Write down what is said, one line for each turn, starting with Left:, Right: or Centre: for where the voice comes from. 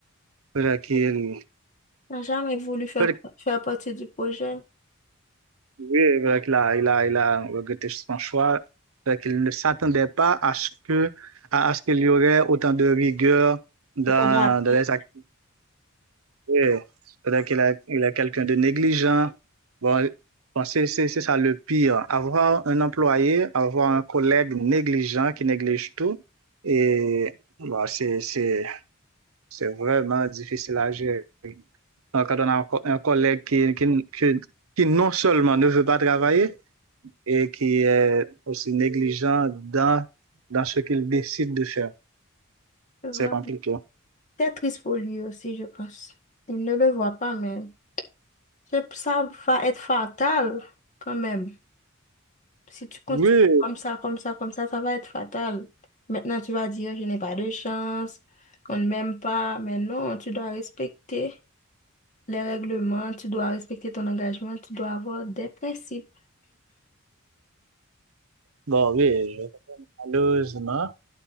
Right: peut-être qu'il
Left: n'a jamais voulu faire,
Right: peut-être
Left: faire partie du projet.
Right: qu'il oui, peut-être qu'il a, il a, il a regretté son choix, peut-être qu'il ne s'attendait pas à ce que à, à ce qu'il y aurait autant de rigueur dans,
Left: Autant d'attendre.
Right: dans les activités Ouais. C'est-à-dire qu'il a, il a quelqu'un de négligent. Bon, bon, c'est c'est- c'est ça le pire. Avoir un employé, avoir un collègue négligent qui néglige tout, et bon, c'est c'est- c'est vraiment difficile à gérer. Donc, quand on a un co- un collègue qui, qui, qui, qui non seulement ne veut pas travailler, et qui est aussi négligent dans, dans ce qu'il décide de faire,
Left: C'est vraiment-
Right: c'est compliqué.
Left: c'est triste pour lui aussi, je pense. Il ne le voit pas, mais Je- Ça va être fatal quand même. Si tu continues
Right: Oui,
Left: comme ça, comme ça, comme ça, ça va être fatal. Maintenant, tu vas dire, je n'ai pas de chance, on ne m'aime pas. Mais non, tu dois respecter les règlements, tu dois respecter ton engagement, tu dois avoir des principes.
Right: bon, oui, je- malheureusement.